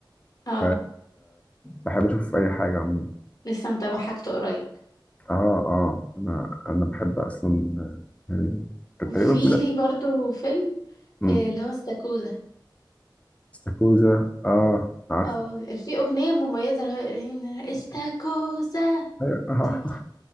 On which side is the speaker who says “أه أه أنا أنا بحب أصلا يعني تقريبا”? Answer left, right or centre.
Left